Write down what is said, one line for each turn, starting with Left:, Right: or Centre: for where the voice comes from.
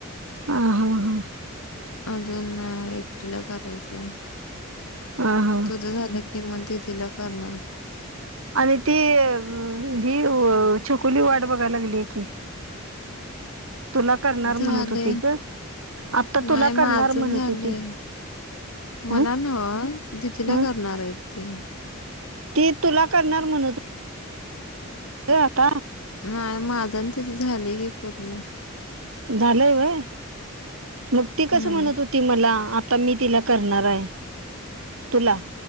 Right: हा हा हा.
Left: अजून एकटिला करायचंय.
Right: अ. हा.
Left: तुझ झालं की मग दीदीला करणार.
Right: आणि ती ही व चकुली वाट बघायला लागली की. तुला करणार म्हणत
Left: झालंय
Right: होती ग आता
Left: नाही
Right: तुला करणार
Left: माझं
Right: म्हणत
Left: झालंय.
Right: होती
Left: मला
Right: हं
Left: नव्हं दीदीला
Right: हं
Left: करणार आहेत ते.
Right: ती तुला करणार म्हणत ते आता.
Left: नाही माझं आणि तिझ झालं ग पूर्ण.
Right: झालीय व्हय, मग ती कसं
Left: हम्म
Right: म्हणत होती. ती मला आता मी तिला करणार हाय, तुला